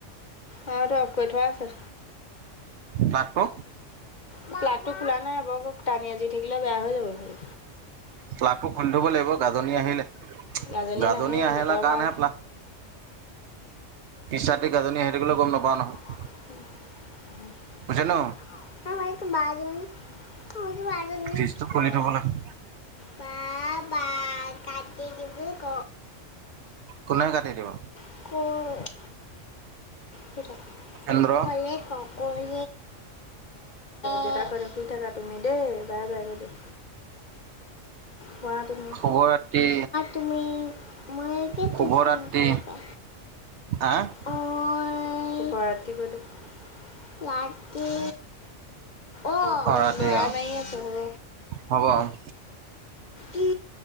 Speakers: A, on the left; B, on the right.
A: অ' হেৰিটো অফ কৰি থোৱা আছে।
B: প্লাগটো?
A: প্লগটো খোলা নাই হ'ব, টানি আজুৰি থাকিলে বেয়া হৈ যাব হেই।
B: প্লাগটো খুলি থব লাগিব গাজনি আহিলে,
A: ৰাজনী
B: গাজনি
A: নাহে
B: আহিলে
A: বতৰ
B: কাৰণেহে
A: ভাল
B: প্লাগ পিছৰাতি গাজনি আহি থাকিলেও গ'ম নাপাৱ নহয়।
A: উমঁ' উমঁ'।
B: <unintelligible> নো।
A: <unintelligible>
B: ফ্ৰিজটো খুলি
A: বা
B: থ'ব লাগিব।
A: বা বা কাটি দিব ক।
B: কোনে কাটি দিব?
A: <unintelligible> শুই থাক
B: চন্দ্ৰ
A: কলে ক কলে দেতাক কৈ দে শুই থাক। তুমি দেই বাই বাই কৈ দিয়া, হোৱা তুমি।
B: শুভৰাত্ৰি
A: তুমি, মই কি
B: শুভ
A: টিউচন
B: ৰাত্ৰি।
A: কৰিবা
B: আ'
A: অ শুভ ৰাত্ৰি কৈ দে, ৰাতি। অ'
B: ৰাতি
A: ল'ৰাই
B: অ
A: মাৰি আছে হ'ব।
B: হ'ব
A: কি